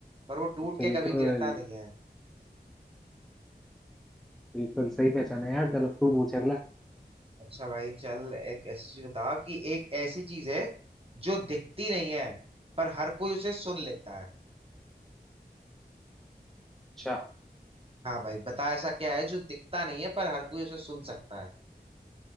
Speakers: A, on the right; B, in the centre.
A: पर वो टूट के
B: बिल्कुल
A: कभी गिरता नहीं है
B: बिल्कुल सही पहचाना यार चल अब तू पूछ अगला
A: अच्छा भाई चल एक ऐसी चीज बता कि एक ऐसी चीज है जो दिखती नहीं है पर हर कोई उसे सुन लेता है
B: अच्छा
A: हाँ भाई बता ऐसा क्या है जो दिखता नहीं है पर हर कोई उसे सुन सकता है